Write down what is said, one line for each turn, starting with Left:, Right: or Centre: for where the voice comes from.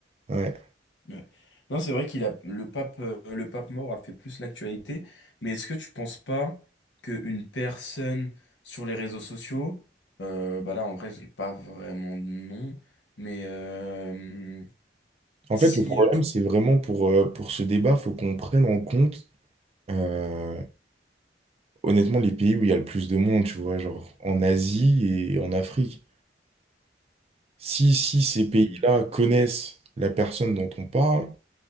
Right: Ouais.
Left: Ouais. Non, c'est vrai qu'il a le pape euh, le pape mort a fait plus l'actualité, mais est-ce que tu penses pas qu'une personne sur les réseaux sociaux, euh, bah là en vrai j'ai pas vraiment de nom, mais euh,
Right: En
Left: Si,
Right: fait, le problème,
Left: euh, tu-
Right: c'est vraiment pour, euh, pour ce débat, faut qu'on prenne en compte, euh, honnêtement, les pays où il y a le plus de monde, tu vois, genre en Asie et en Afrique. Si, si ces
Left: Mm.
Right: pays-là connaissent la personne dont on parle,